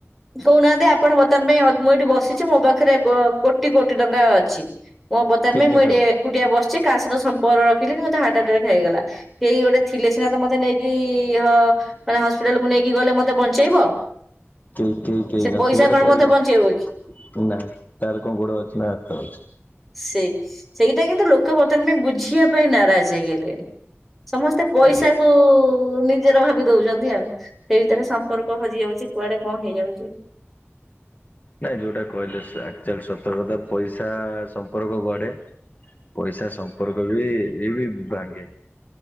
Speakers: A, in the centre; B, on the left.
A: କହୁନାହାନ୍ତି ଆପଣ ବର୍ତ୍ତମାନ ଅ ପାଇଁ ମୁଁ ଏଠି ବସିଚି ମୋ ପାଖରେ କ କୋଟି କୋଟି ଟଙ୍କା ଅଛି। ମୋ ବର୍ତମାନ
B: କିଡନୀ
A: ପାଇଁ ମୁଁ ଏଠି
B: ଖରାପ
A: ଏକୁଟିଆ ବସିଚି କାହା ସହିତ ସମ୍ପର୍କ ରଖିନିଲି ମତେ ହାର୍ଟଆଟାକ ହେଇଗଲା କେଇ ଗୋଟେ ଥିଲେ ସିନା ତ ମତେ ନେଇକି ହ ମାନେ ହସ୍ପିଟାଲକୁୁ ନେଇକି ଗଲେ ମତେ ବଞ୍ଚେଇବ
B: କେହି କେହି କେହି
A: ସେ
B: ନଥିବେ
A: ପଇସା
B: ତ
A: କଣ
B: ପଇସା
A: ମତେ ବଞ୍ଚେଇବ କି।
B: ନା ତାର କଣ ଗୋଡ ଅଛି ନା ହାତ ଅଛି।
A: ସେଇ ସେଇଟା କିନ୍ତୁ ଲୋକ ବର୍ତ୍ତମାନ ପାଇଁ ବୁଝିବା ପାଇଁ ନାରାଜ ହେଇଗଲେଣି ସମସ୍ତେ ପଇସା
B: ଆଜ୍ଞା
A: କୁ ନି ଜର ଭାବି ଦଉଚନ୍ତି ଆଉ ସେଇ ଭିତରେ ସମ୍ପର୍କ ହଜି ଯାଉଚି କୁଆଡେ କଣ ହେଇଯାଉଚି।
B: ନାଇଁ ଯୋଉଟା କହିଲେ ସ ଆକ୍ଚୁଆଲି ସତ କଥା ପଇସା ସମ୍ପର୍କ ଗଢେ। ପଇସା ସମ୍ପର୍କ ବି ଏ ବି ଭାଙ୍ଗେ।